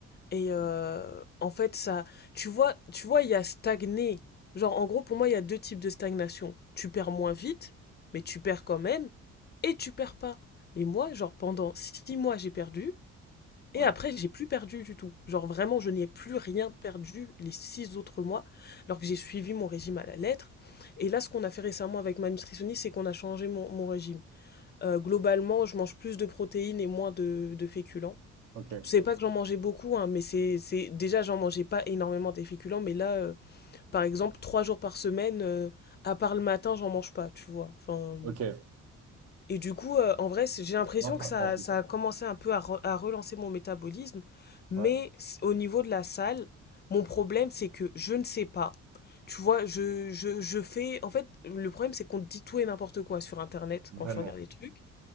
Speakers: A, on the left; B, on the right.
A: Et euh, en fait, ça, tu vois, tu vois, il y a stagné. Genre, en gros, pour moi, il y a deux types de stagnation. Tu perds moins vite, mais tu perds quand même, et tu perds pas. Mais moi, genre, pendant six mois, j'ai perdu, et
B: Ouais,
A: après, j'ai plus perdu du tout. Genre, vraiment, je n'y ai plus rien perdu les six autres mois, alors que j'ai suivi mon régime à la lettre. Et là, ce qu'on a fait récemment avec ma nutritionniste, c'est qu'on a changé mon, mon régime. Euh, globalement, je mange plus de protéines et moins de, de féculents.
B: ok,
A: C'est pas que j'en mangeais beaucoup, hein, mais c'est, c'est déjà j'en mangeais pas énormément des féculents, mais là, euh, par exemple, trois jours par semaine, euh, à part le matin, j'en mange pas, tu vois. Enfin,
B: ok.
A: et du coup, euh, en vrai, c'est- j'ai l'impression
B: Non, ça
A: que ça,
B: prend vite.
A: ça a commencé un peu à, re- à relancer mon métabolisme, mais
B: Ouais,
A: c- au niveau de la salle, mon problème c'est que je ne sais pas. Tu vois, je, je, je fais. En fait, le problème c'est qu'on te dit tout et n'importe quoi sur Internet
B: vraiment.
A: quand tu regardes les trucs.